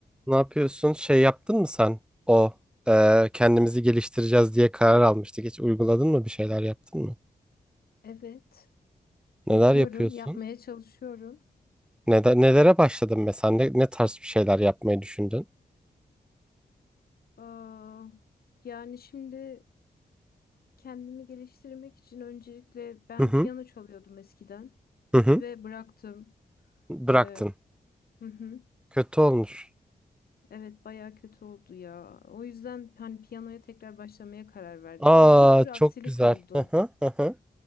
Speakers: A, in the centre; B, on the left.
A: Ne yapıyorsun? Şey yaptın mı sen? O e, kendimizi geliştireceğiz diye karar almıştık. Hiç uyguladın mı? Bir şeyler yaptın mı?
B: Evet,
A: Neler
B: yapıyorum,
A: yapıyorsun?
B: yapmaya çalışıyorum.
A: Nede- nelere başladın mesela? Ne, ne tarz bir şeyler yapmayı düşündün?
B: Aa, yani şimdi kendimi geliştirmek için öncelikle ben
A: Hı hı.
B: piyano çalıyordum eskiden
A: Hı hı.
B: ve bıraktım.
A: Bıraktın.
B: Ee, hı hı,
A: Kötü olmuş.
B: evet, baya kötü oldu ya. O yüzden hani piyanoya tekrar başlamaya karar verdim.
A: Aa
B: Ya bir sürü aksilik
A: çok güzel.
B: oldu.
A: Hı hı. Hı hı.